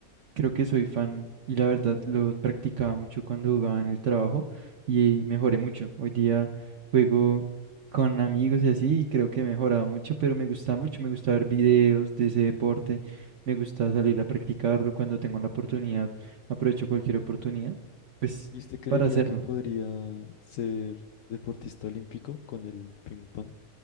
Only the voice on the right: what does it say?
Creo que soy fan y la verdad lo practicaba mucho cuando jugaba en el trabajo y mejoré mucho. Hoy día juego con amigos y así y creo que he mejorado mucho, pero me gusta mucho, me gusta ver videos de ese deporte, me gusta salir a practicarlo cuando tengo la oportunidad, aprovecho cualquier oportunidad, pues
para hacerlo.